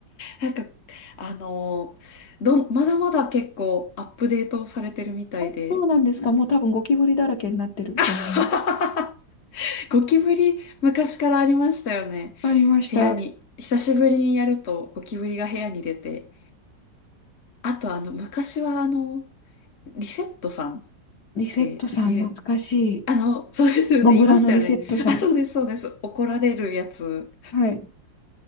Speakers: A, on the left; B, on the left.
A: なんか、あのーどん、まだまだ結構アップデートされてるみたいで、
B: そうなんですかもう多分ゴキブリだらけになってると思う。
A: <laughs> ゴキブリ昔からありましたよね。
B: わかりました。
A: 部屋に、久しぶりにやるとゴキブリが部屋に出て、あとあの、昔はあの、リセットさんっ
B: リセットさん、
A: ていう、
B: 懐かしい。
A: あの、そうですよね、
B: モグラのリセットさん。
A: いましたよね。あ、そうです、そうです。怒られるやつ。
B: はい。